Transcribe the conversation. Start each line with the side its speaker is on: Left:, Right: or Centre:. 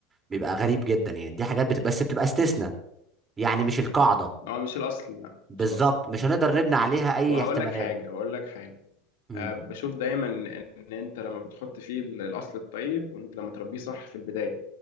Right: بيبقى غريب جدا يعني دي حاجات بتبقى بس بتبقى استثناء يعني مش القاعدة
Left: هو مش الاصل لا
Right: بالظبط
Left: مش الاصل
Right: مش هنقدر نبني عليها أي
Left: وهقول
Right: احتمالات
Left: لك حاجه هقول لك حاجه
Right: امم
Left: آه، بشوف دايما ان انت لما بتحط فيه ال- الاصل الطيب وانت لما تربيه صح في البدايه